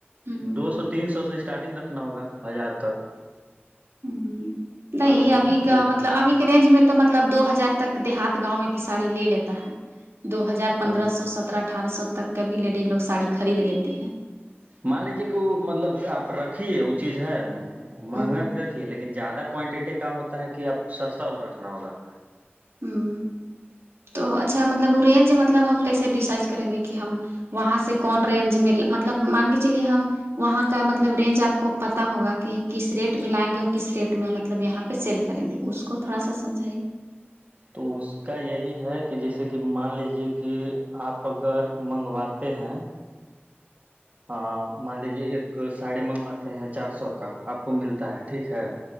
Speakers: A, on the right; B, on the right.
A: ہوں
B: دو سو تین سو سے اسٹارٹنگ رکھنا ہوگا ہزار تک
A: ہ نہیں
B: اگر
A: ابھی کا
B: دکھانا
A: مطلب
B: چاہ
A: ابھی کے رینج میں تو مطلب دو ہزار تک دیہات گاؤں میں بھی سڑی لے لیتا ہے دو ہزار پندرہ
B: ہ
A: سو سترہ اٹھارہ سو تک کا بھی لیڈیز لوگ ساڑی خرید لیتی ہے
B: مان لیجے کہ وہ مطلب آپ رکھیے وہ چیز ہے مہنگا
A: ہوں
B: بھی ر لیکن زیادہ کوانٹٹی کا ہوتا ہے کہ اب سستا رکھنا ہوگا
A: ہوں تو اچھا مطلب وہ رینج مطلب ہم کیسے ڈیسائز کریں گے کہ ہم وہاں سے کون رینج م مطلب مان کے چلیے ہم وہاں کا مطلب رینج آپ کو پتا ہوگا کہ کس ریٹ میں لائیں گے اور کس ریٹ میں مطلب یہاں پہ سیل کریں گے اس کو تھوڑا سا سمجھائیے
B: تو اس کا یہی ہے کہ جیسے کہ مان لیجیے کہ آپ اگر منگواتے ہیں ہاں مان لیجیے ایک ساڑی منگواتے ہیں چار سو کا آپ کو ملتا ہے ٹھیک ہے